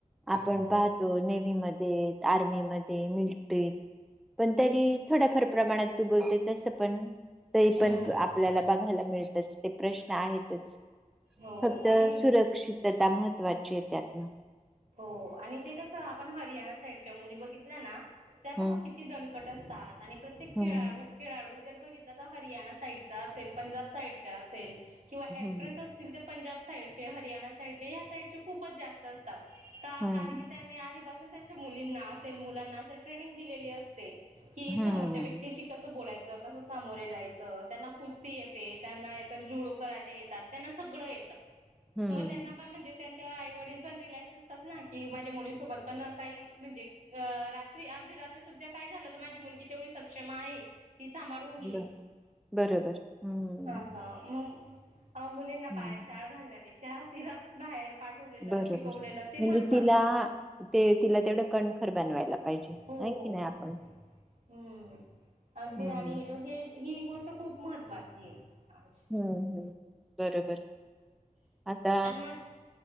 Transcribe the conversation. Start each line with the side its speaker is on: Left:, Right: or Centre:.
Centre: आपण
Right: हो.
Centre: पाहतो नेवीमध्ये, आर्मीमध्ये, मिलट्रीत पण तरी थोड्याफार प्रमाणात तू बोलते तसं पण ते
Right: हम्म.
Centre: पण आपल्याला बघायला मिळतच ते प्रश्न आहेतच
Right: हो
Centre: फक्त
Right: आणि
Centre: सुरक्षितता महत्वाची आहे त्यातनं
Right: हो आणि ते कसं आपण हरियाणा साईडच्या मुली बघितल्या ना त्या बघा
Centre: हम्म
Right: किती दणकट असतात आणि प्रत्येक खेळाडू
Centre: हम्म.
Right: खेळाडू जर बघितला तर हरियाणा साईडचा असेल पंजाब साईडचा असेल किंवा
Centre: हम्म.
Right: ऍक्ट्रेस असतील ते पंजाब साईडचे हरियाणा साईडचे ह्या साईडचे खूपच जास्त असतात का
Centre: हम्म
Right: कारण की त्यांनी आधीपासून त्यांच्या मुलींना असेल मुलांना असेल ट्रेनिंग दिलेली असते कि
Centre: हम्म.
Right: समोरच्या व्यक्तीशी कसं बोलायच कसं सामोरे जायचं त्यांना कुस्ती येते त्यांना इतर जुळो कराटे येतात त्यांना सगळं येते
Centre: हम्म.
Right: मगं त्यांना पण म्हणजे त्यांच्या आईवडील पण रिल्याक्स असतात ना की माझ्या मुलीसोबत पण काही म्हणजे रात्री अपरात्री अर्ध रात्री सुद्धा काय झालं तर माझी मुलगी तेवढी सक्षम आहे ती सांभाळून घेईल
Centre: ब बरोबर हम्म
Right: हा मगं अ मुलींना
Centre: हम्म
Right: पायात चाळ घालण्यापेक्षा तिला बाहेर पाठवलेलं
Centre: बरोबर
Right: शिकवलेलं ते
Centre: म्हणजे
Right: महत्त्वाचं
Centre: तिला
Right: आहे.
Centre: ते तिला तेवढं कणखर बनवायला पाहिजे
Right: हो
Centre: नाही की नाही आपण
Right: हम्म अगदी
Centre: हम्म
Right: आणि हे ही गोष्ट खूप महत्त्वाची आहे आज
Centre: हम्म हम्म बरोबर आता
Right: आणि मगं,